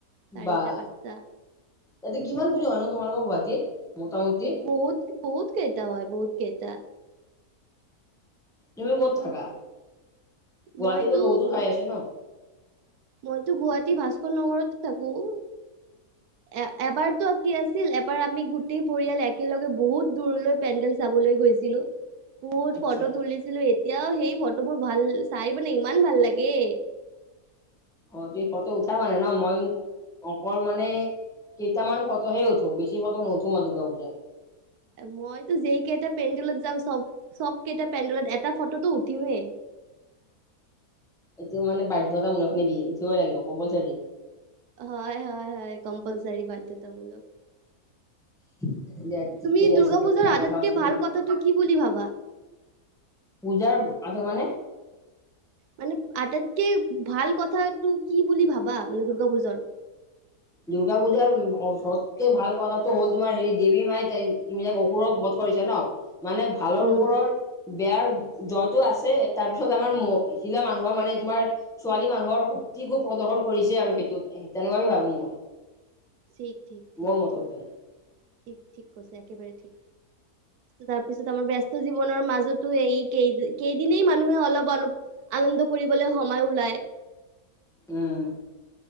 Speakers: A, on the right; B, in the centre.
A: চাৰিটা
B: বা
A: পাঁচটা
B: তাতে কিমান পূজা হয় ন তোমালোকৰ গুৱাহাটীত। মোটামুটি
A: বহুত, বহুত কেইটা হয়, বহুত কেইটা।
B: তুমি ক'ত থাকা গুৱাহাটীতো
A: মইতো
B: বহুতো ঠাই আছে ন?
A: মইতো গুৱাহাটী ভাস্কৰ নগতে থাকোঁ। এ, এবাৰতো কি আছিল, এবাৰ আমি গোটেই পৰিয়াল একেলগে বহুত দূৰলৈ পেণ্ডেল চাবলৈ গৈছিলোঁ।
B: <inaudible>
A: বহুত
B: আচ্ছা
A: ফটো তুলিছিলোঁ, এতিয়াও সেই ফটোবোৰ ভাল চাই মাননে ইমান ভাল লাগে।
B: অ', তুমি ফটো উঠা মানে ন মই অকল মানে। কেইটামান ফটোহে উঠো বেছি ফটো নুঠো ম দুৰ্গা পূজাত।
A: মইতো যেই কেইটা পেণ্ডলত যাম চব, চব কেইটা পেণ্ডলত এটা ফটোতটো উঠিমেই।
B: এইটো মানে বাধ্যতামূলক নেকি উঠিবই লাগিব কম্পালচাৰী।
A: হয়, হয়, হয় কম্পালচাৰী বাধ্যতামূলক।
B: <inaudible>
A: তুমি দৰ্গা
B: আছে দিয়া
A: পুজাৰ
B: তোমাৰ
A: আটাইতকে
B: কথা পাতি
A: ভাল কথাটো কি বুলি ভাবা?
B: পূজাৰ আ মানে?
A: মানে আটাইতকে ভাল কথাাতটো কি বুলি ভাবা মানে দুৰ্গা পুজাৰ?
B: দুৰ্গা পূজাৰ সবকে ভাল কথাটো হ'ল তোমাৰ হেৰি দেৱী মাই ত তুমি যাক অসুৰক বধ কৰিছে ন। মানে ভালৰ
A: উম
B: ওপৰৰ। বেয়া জয়তো আছে, তাৰপিছত আমাৰ মহিলা মানুহৰ মানে তোমাৰ ছোৱালী মানুহৰ শক্তিকো প্ৰদৰ্শন কৰিছে, আৰু সেইটোত তেনেকুৱাকে ভাবো মই।
A: ঠিক, ঠিক, ঠিক,
B: মোৰ মততে
A: ঠিক, ঠিক, ঠিক, কৈছে, একেবাৰে ঠিক। তাৰপিছত আমাৰ ব্যস্ত জীৱনৰ মাজতো এই কেই-কেইদিনেই মানুহে অলপ, অলপ। আনন্দ কৰিবলৈ সময় ওলায়।
B: উম।